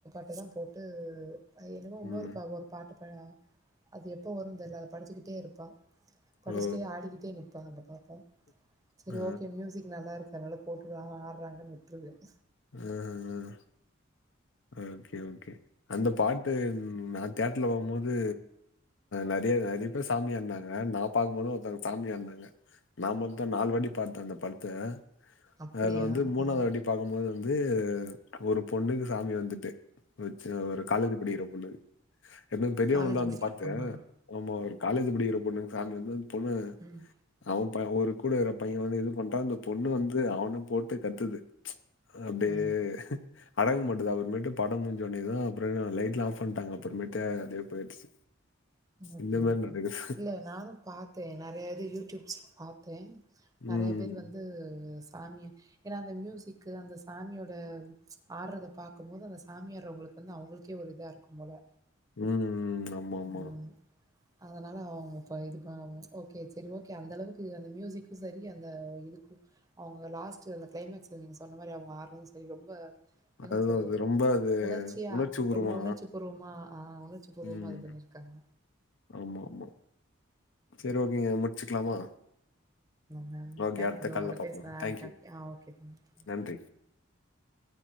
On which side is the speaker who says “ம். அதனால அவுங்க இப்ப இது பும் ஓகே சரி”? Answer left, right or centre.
Right